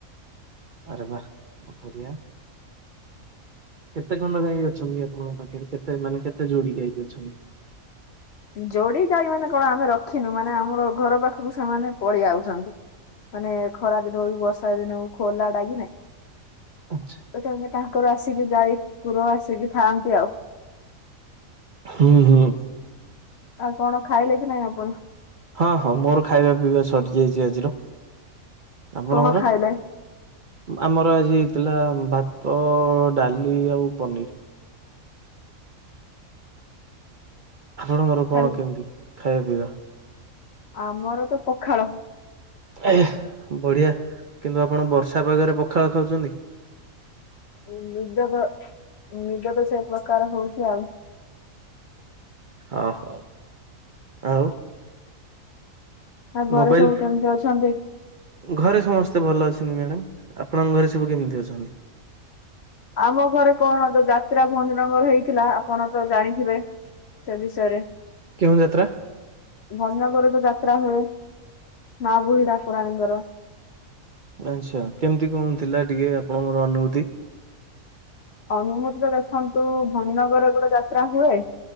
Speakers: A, on the right; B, on the left.
A: ଆରେ ବା କଣ କରିବା? କେତେ ଖଣ୍ଡ ଗାଈ ଅଛନ୍ତି ଆପଣଙ୍କ ପାଖରେ କେତେ ମାନେ କେତେ ଯୋଡି ଗାଈ ଅଛନ୍ତି?
B: ଯୋଡିି ଗାଈ ମାନେ କଣ ଆମେ ରଖିନୁ ମାନେ ଆମର ଘର ପାଖକୁ ସେମାନେ ପଳେଇ ଆଉଛନ୍ତି। ମାନେ ଖରା ଦିନ ହଉ ବର୍ଷା ଦିନ ହଉ ଖୋଲା ଡାଗି ନେ
A: ଆଚ୍ଛା।
B: ତଥାପି ତାଙ୍କର ଆସିକି ଗାଈ କୁକୁର ଆସିକି ଥାଆନ୍ତି ଆଉ।
A: ହୁଁ ହୁଁ।
B: ଆଉ କଣ ଖାଇଲେ କି ନାଇଁ ଆପଣ?
A: ହଁ ହଁ ମୋର ଖାଇବା ପିଇବା ସରି ଯାଇଚି ଆଜିର। ଆପଣଙ୍କର
B: କଣ ଖାଇଲେ?
A: ଆମର ଆଜି ହେଇଥିଲା ଭାତ ଡାଲି ଆଉ ପନିର୍। ଆପଣଙ୍କର କଣ
B: ଖାଲି
A: କେମିତି ଖାଇବା ପିଇବା?
B: ଆମର ତ ପଖାଳ।
A: ଏ ହେ ବଢିଆ କିନ୍ତୁ ଆପଣ ବର୍ଷା ପାଗରେ ପଖାଳ ଖାଉଚନ୍ତି?
B: ନିଦ ତ ନିଦ ତ ସେଇ ପ୍ରକାର ହଉଚି ଆଉ।
A: ଓହୋ ଆଉ।
B: ଆଉ ଘରେ
A: ମୋବାଇଲ
B: ସବୁ କେମିତି ଅଛନ୍ତି?
A: ଘରେ ସମସ୍ତେ ଭଲ ଅଛନ୍ତି ମ୍ୟାଡାମ ଆପଣଙ୍କ ଘରେ ସବୁ କେମିତି ଅଛନ୍ତି?
B: ଆମ ଘରେ କଣ ଯୋଉ ଯାତ୍ରା ଭଞ୍ଜନଗର ହେଇଥିଲା ଆପଣ ତ ଜାଣିଥିବେ। ସେ ବିଷୟରେ।
A: କେଉଁ ଯାତ୍ରା?
B: ଭଞ୍ଜନଗର ଯୋଉ ଯାତ୍ରା ହୁଏ ମା ବୁଢ଼ୀ ଠାକୁରାଣୀ ଦ୍ୱାରା।
A: ଆଚ୍ଛା କେମିତି କଣ ଥିଲା ଟିକେ ଆପଣଙ୍କର ଅନୁଭୂତି?
B: ଅନୁଭୂତି ତ ଦେଖନ୍ତୁ ଭନଗରରେ ଗୋଟେ ଯାତ୍ରା ହୁଏ।